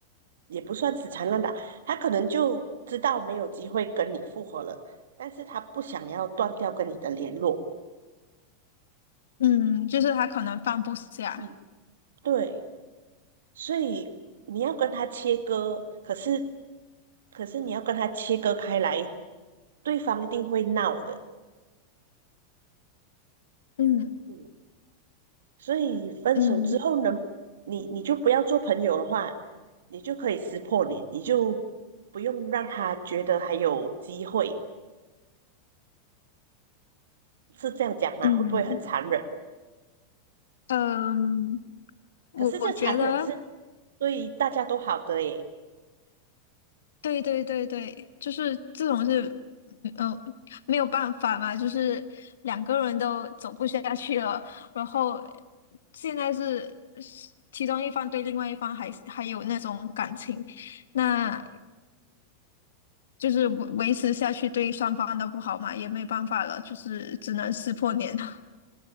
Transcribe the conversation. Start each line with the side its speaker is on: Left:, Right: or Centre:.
Right: 也不算死缠烂打，他可能就知道没有机会跟你复合了，但是他不想要断掉跟你的联络。
Left: 嗯，就是他可能放不下。
Right: 嗯，对，所以你要跟他切割，可是可是你要跟他切割开来，对方一定会闹的。
Left: 嗯
Right: 嗯，所以分手之后呢，
Left: 嗯
Right: 你你就不要做朋友的话，你就可以撕破脸，你就不用让他觉得还有机会。是这样讲吗？
Left: 嗯
Right: 会不会很残忍？
Left: 嗯，我我觉得，
Right: 可是这残忍是对大家都好的耶。
Left: 对对对对，就是这种是，嗯，呃没有办法嘛，就是两个人都走不下去了，然后现在是是其中一方对另外一方还还有那种感情，那就是维维持下去对双方都不好嘛，也没办法了，就是只能撕破脸了。